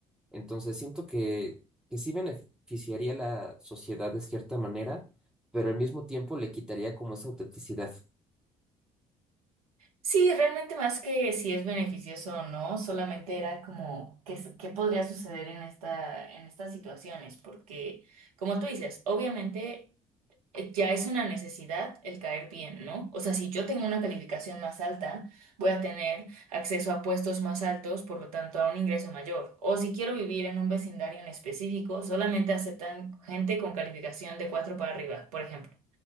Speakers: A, in the centre; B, on the right (about 75°).
A: Entonces siento que, que sí beneficiaría a la sociedad de cierta manera, pero al mismo tiempo le quitaría como esa autenticidad.
B: Sí, realmente más que si es beneficioso o no, solamente era como qué, s- qué podría suceder en esta, en estas situaciones, porque como tú dices, obviamente eh, ya es una necesidad el caer bien, ¿no? O sea, si yo tengo una calificación más alta, voy a tener acceso a puestos más altos, por lo tanto, a un ingreso mayor. O si quiero vivir en un vecindario en específico, solamente aceptan gente con calificación de 4 para arriba, por ejemplo.